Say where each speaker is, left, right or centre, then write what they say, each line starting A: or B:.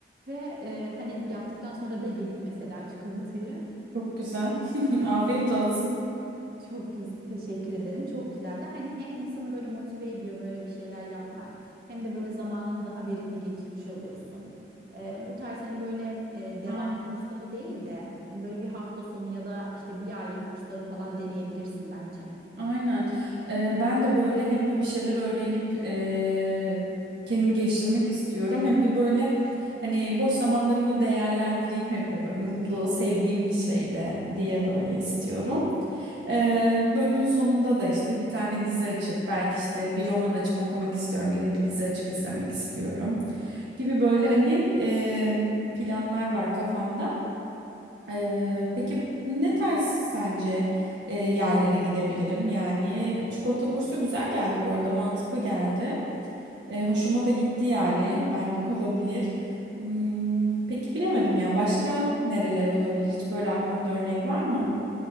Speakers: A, on the right; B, on the right.
A: Ve e, hani yaptıktan sonra da yedik mesela çikolatayı.
B: Çok güzel. <laughs> Afiyet olsun.
A: Çok güz- teşekkür ederim. Çok güzeldi. Hani hem insanı böyle motive ediyor böyle bir şeyler yapmak hem de böyle zamanını daha verimli geçirmiş oluyorsun. Ee, bu tarz hani böyle e, devamlı
B: Aynen.
A: kursları değil de hani böyle bir hafta sonu ya da işte bir aylık kursları falan deneyebilirsin bence.
B: Aynen. Ee, ben de böyle hem böyle bir şeyler öğrenip ee, kendimi geliştirmek istiyorum. Hem de böyle hani boş zamanlarımı değerlendireyim hem de böyle mutlu, sevdiğim bir şey de diye böyle istiyorum. Ee, böyle gün sonunda da işte bir tane dizi açıp belki işte bir roman açıp okumak istiyorum ya da bir dizi açıp izlemek istiyorum gibi böyle hani ee, planlar var kafamda. Ee, peki ne tarz sence e, yerlere gidebilirim? Yani çikolata kursu güzel geldi bu arada mantıklı geldi. E, hoşuma da gitti yani benlik olabilir. Hmm, peki bilemedim ya başka nereler olabilir? Hiç böyle aklında örnek var mı?